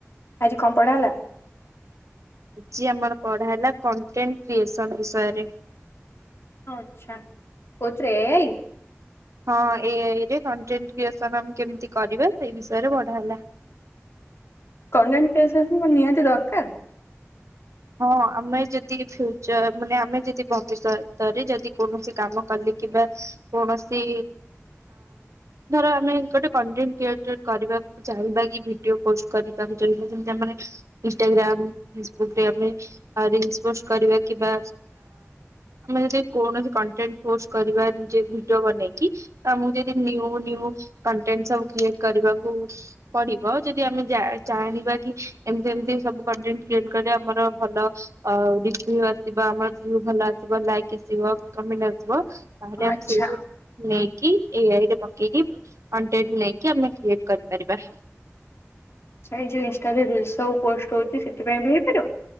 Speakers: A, on the left; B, on the right.
A: ଆଜି କଣ ପଢଡା ହେଲା।
B: ଆଜି ଆମର ପଢା ହେଲା କଣ୍ଟେଣ୍ଟ କ୍ରିଏସନ ବିଷୟରେ
A: ଆଚଛା କଛ ରହ ଆାଇ
B: ହଁ ଏରେ କଣ୍ଟେଣ୍ଟ କ୍ରିଏସନ ଆମେ କେମିତି କରିବା ସେଇ ବିଷୟରେ ବଡ ହେଲା।
A: କେଣ୍ଟ ନିହାତି ଦରକାର
B: ହଁ ଆମେ ଯଦି ଫ୍ୟୁଚର ମାନେ ଆମେ ଯଦି ଭବିଷ୍ୟତରେ ଯଦି କୌଣସି କାମ କଲେ କିମ୍ବା କୌଣସି ଧର ଆମେ ଗୋଟେ କଣ୍ଟେଣ୍ଟ କ୍ରିଏଟର କରିବାକୁ ଚାହିଁବା କି ଭିଡିଓ ପୋଷ୍ଟ କରିବାକୁ ଚାହିଁବା ଯେମିତି ଆମର ଇନଷ୍ଟାଗ୍ରାମ ଫେସବୁକ୍ ର ପ କରିବା କିମ୍ବା ଆମେ ଯଦି କୌଣସି କଣ୍ଟେଣ୍ଟ ପୋଷ୍ଟ କରିବା ନି ଭିଡିଓ ବନେଇକି ଆମକୁ ଯଦିୁ କଣ୍ଟେଣ୍ଟ ସବୁ କ୍ରିଏଟ କରିବାକୁ ପଡିବ ଯଦି ଆମେ ଜାଣିବା କି ଏମତି ଏମିତି ସବୁ କଣ୍ଟେଣ୍ଟ ଆମର ଭଲ ର୍ୟୁ ଆସିବ ଆମର ଭୁ ଭଲ ଆସିବ ଲାଇକ୍ ଆସିବ କମେଣ୍ଟ ଆସିବ । ତାହେଲେ
A: ଆଚ୍ଛା
B: ଆମେ ସେଇଠୁ ନେଇକି ଏଆଇରେ ପକେଇକି କଣ୍ଟେଟ ନେଇକି ଆମେ କ୍ରିଏଟ କରିପାରିବା।
A: ଯୋଉ ଇନ ର ସୁ ପଷ୍ଟ ହଛି ସେଥିପାଇଁ ହେଇପାରିବ।